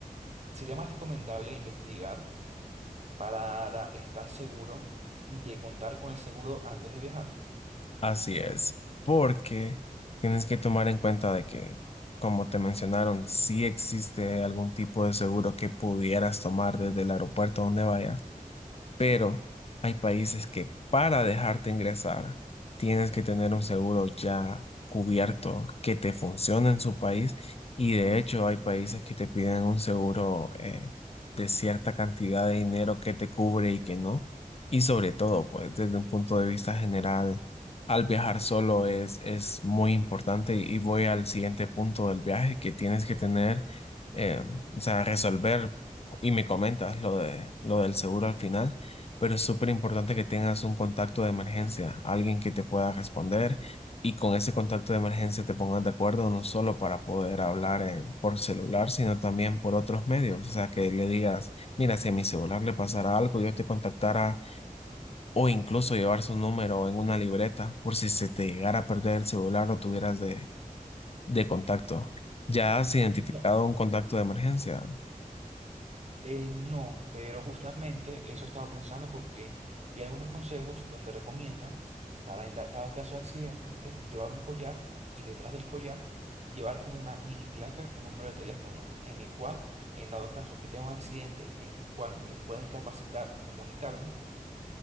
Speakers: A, on the right; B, on the left.
A: Sería más recomendable investigar para estar seguro de contar con el seguro antes de viajar.
B: Así es, porque tienes que tomar en cuenta de que, como te mencionaron, si existe algún tipo de seguro que pudieras tomar desde el aeropuerto donde vayas. pero hay países que para dejarte ingresar tienes que tener un seguro ya cubierto que te funcione en su país y de hecho hay países que te piden un seguro eh, de cierta cantidad de dinero que te cubre y que no. Y sobre todo, pues desde un punto de vista general, al viajar solo es, es muy importante y voy al siguiente punto del viaje que tienes que tener, eh, o sea, resolver y me comentas lo de, lo del seguro al final pero es súper importante que tengas un contacto de emergencia, alguien que te pueda responder y con ese contacto de emergencia te pongas de acuerdo no solo para poder hablar eh, por celular, sino también por otros medios. O sea, que le digas, mira, si a mi celular le pasara algo, yo te contactara o incluso llevar su número en una libreta por si se te llegara a perder el celular o tuvieras de, de contacto. ¿Ya has identificado
A: Mm, ya.
B: un contacto de emergencia?
A: Eh, no, pero justamente eso estaba pensando porque vi algunos consejos donde recomiendan para, en da- dado caso de accidente, llevar un collar y detrás del collar llevar como una mini placa, un número de teléfono, en el cual, en dado caso que tenga un accidente, el cual me pueda incapacitar comunicarme